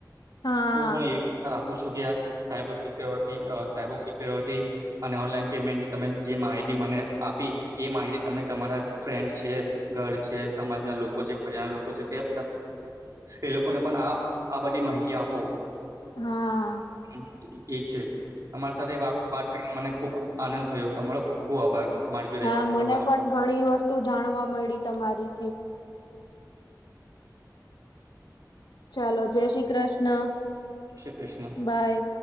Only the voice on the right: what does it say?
તો હું એવી આશા રાખું છું કે આ સાયબર સિક્યોરિટી, સાયબર સિક્યોરિટી અને ઓનલાઈન પેમેન્ટની તમે જે માહિતી મને આપી એ માહિતી તમે તમારા ફ્રેન્ડ છે, ઘર છે, સમાજના લોકો છે, ફરિયના લોકો છે, એ લોકોને પણ આ, આ બધી માહિતી આપો.
એમ એ છે. તમારા સાથે વાત વાત કરીને મને ખુબ આનંદ થયો. તમારો ખબ ખૂબ આભાર. મારી જોડે
વાત
કરવા માટે
શ્રી કૃષ્ણ.